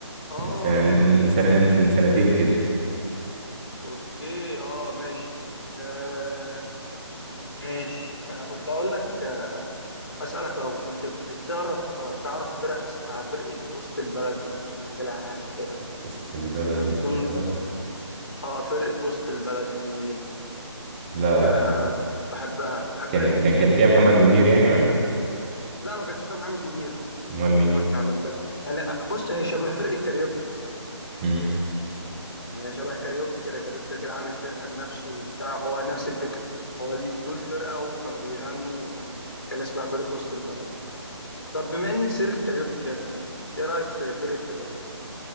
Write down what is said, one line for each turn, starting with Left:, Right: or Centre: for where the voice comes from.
Left: اه
Right: من سنة من
Left: ماشي
Right: من سنة من, من سنتين كده
Left: اوكي اه ماشي آه ماشي انا كنت اقول لك آه، اسالك لو كنت بتعرف آه، تعرف فرق اسمها فرقه وسط البلد لو سمعت لها حاجه كده
Right: وسط البلد
Left: من
Right: وسط
Left: ضمن
Right: البلد
Left: اه فرقه وسط البلد يعني
Right: لا
Left: فرقه
Right: لا ما-
Left: بحبها بحب
Right: كان
Left: اغانيها
Right: كان كان فيها محمد منير يعني ولا ايه
Left: لا ما كنتش فاهم محمد منير
Right: امال
Left: انا بكلمك
Right: مين
Left: على الفرق يعني بص هي شبه فرقه كاريوكي
Right: مم.
Left: يعني هي شبه كاريوكي كده كاريوكي كده عامل فرقة لنفسه وبتاع هو نفس الفكرة هو اللي دول فرقة وكانوا بيغنوا كان اسمها فرقة وسط البلد طب بما إني سيرة كاريوكي جت يعني إيه رأيك في فرقة كاريوكي؟